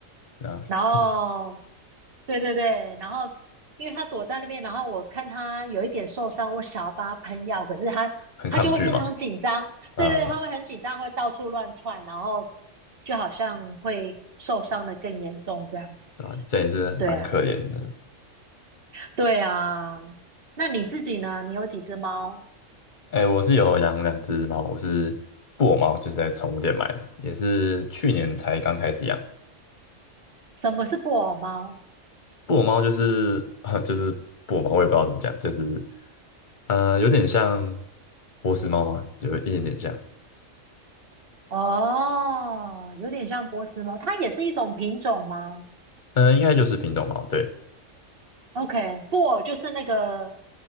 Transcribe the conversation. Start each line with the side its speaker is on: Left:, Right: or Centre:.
Left: 对啊，
Right: 然后，
Left: 听起来
Right: 对对对，然后因为他躲在那边，然后我看他有一点受伤，我想要帮他喷药，可是他他就会非常紧张。
Left: 很抗拒嘛。嗯，
Right: 对对，他会很紧张，会到处乱窜，然后就好像会受伤的更严重这样。
Left: 对吧？这也是蛮可怜的。
Right: 对啊，对啊。那你自己呢？你有几只猫？
Left: 哎，我是有养两只猫，我是布偶猫，就是在宠物店买的，也是去年才刚开始养的。
Right: 什么是布偶猫？
Left: 布偶猫就是 <laughs> 就是布偶猫，我也不知道怎么讲，就是呃，有点像波斯猫吗？有一点点像，
Right: 哦，有点像波斯猫，它也是一种品种吗
Left: 呃，应该就是品种猫，对，
Right: ？OK，布偶就是那个